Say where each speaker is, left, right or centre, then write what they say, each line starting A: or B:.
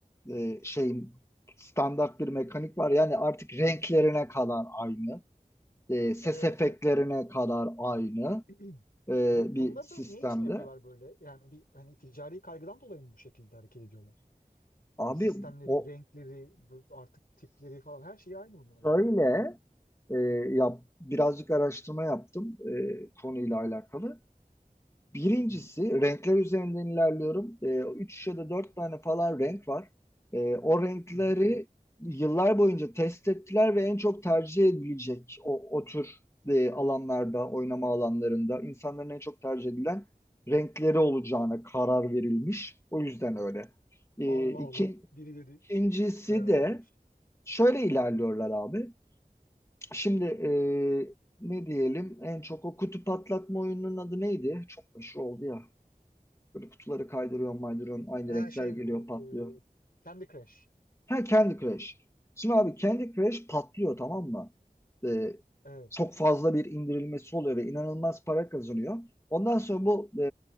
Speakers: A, on the left (about 20°); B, on the left (about 75°).
A: e, şeyin standart bir mekanik var. Yani artık renklerine kadar aynı, e, ses
B: Evet
A: efektlerine
B: evet. ya.
A: kadar aynı
B: <clears throat>
A: e,
B: Bu
A: bir
B: bunları
A: sistemde.
B: ne için yapıyorlar böyle? Yani bir hani ticari kaygıdan dolayı mı bu şekilde hareket ediyorlar?
A: Abi
B: Yani sistemleri,
A: o
B: renkleri, bu artık tipleri falan her şey aynı bunların
A: Şöyle
B: yani.
A: e, yap, birazcık araştırma yaptım e, konuyla alakalı. Birincisi
B: Hı hı.
A: renkler üzerinden ilerliyorum. E, üç ya da dört tane falan renk var. E, o renkleri
B: Hı hı.
A: yıllar boyunca test ettiler ve en çok tercih edilecek o, o tür e, alanlarda, oynama alanlarında insanların en çok tercih edilen renkleri olacağına karar verilmiş. O yüzden öyle. E,
B: Allah
A: iki,
B: Allah. <laughs> Birileri
A: ikincisi
B: karar
A: de
B: vermiş.
A: şöyle ilerliyorlar abi. Şimdi e, ne diyelim en çok o kutu patlatma oyununun adı neydi? Çok meşhur oldu ya. Böyle kutuları kaydırıyorsun maydırıyorsun aynı
B: Ha
A: renkler
B: şey
A: geliyor
B: bu
A: patlıyor.
B: e, Candy Crush.
A: Ha Candy Crush. Şimdi abi Candy Crush patlıyor tamam mı? E,
B: Evet.
A: çok fazla bir indirilmesi oluyor ve inanılmaz para kazanıyor. Ondan sonra bu e,